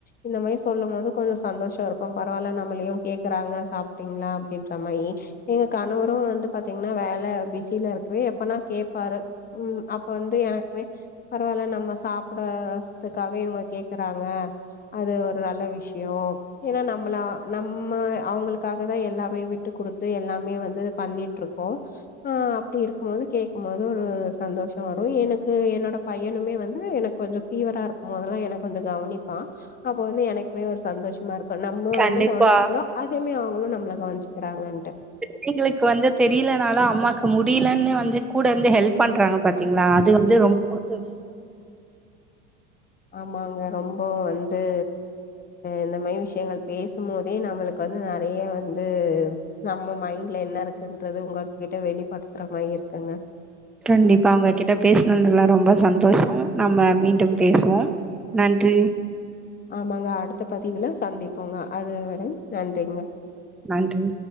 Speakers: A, on the left; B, in the centre.
A: இந்த மாயி சொல்லும் போது கொஞ்ச சந்தோஷ இருக்கு பரவால்ல நம்மளையு கேக்கறாங்க சாப்ட்டீங்களா அப்டின்ற மாயி எங்க கணவரும் வந்து ப பாத்தீங்கன்னா வேலை பிஸில இருக்கவே எப்பனா கேப்பாரு ம் அப்ப வந்து எனக்குவே பரவால்ல நம்ம சாப்ட்றதுக்காக இவங்க கேக்குறாங்க அது ஒரு நல்ல விஷ் யு ஏனா நம்பளா நம்ம அவ்ங்களுக் க்காக தா எல்லாமே விட்டு குடுத்து எல்லாமே வந்து பண்ணிட்டுருக்கோ ஆ அப்டி இருக்கும் போது கேக்கும்போது ஒரு சந்தோஷ வரு எனுக்கு என்னோட பையனுமே வந்து எனக்கு கொஞ்ச ஃபீவரா இருக்கும் போதெல்லா எனக்கு கொஞ்ச கவனிப்பா அப்ப வந்து எனக்மே ஒரு சந்தோஷ்மா இருக் க நம்ம
B: கண்டிப்பா
A: வந்து கவனிச்சிக்றோ அதேமே அவங்களு வந்து நம்மள கவனிச்சிகிறாங்கன்ட்டு
B: பிள்ளைங்களுக் வந்து தெரியிலனாலு அம்மாக்கு முடியிலன்னு வந்து கூட இந்து ஹெல்ப் பண்றாங்க பாத்தீங்ளா அது வந்து ரொம்ப குடுத்து வெச்ச
A: ஆமாங்க ரொம்போ வந்து இந்த மாயி விஷியங்கள் பேசும் போதே நம்பளுக்கு வந்து நெறய வந்து நம்ம மைண்ட்ல என்ன இருக்குன்றது உங்க கிட்ட வெளிப்படுத்ற மாயி இருக்குங்க
B: கண்டிப்பா உங்ககிட்ட பேஸ்னதுல்ல ரொம்ப சந்தோஷ நம்ம மீண்டும் பேசுவோம் நன்றி
A: ஆமாங்க அடுத்த பதுவுல சந்திப்போங்க அது வரை நன்றிங்க
B: நன்றி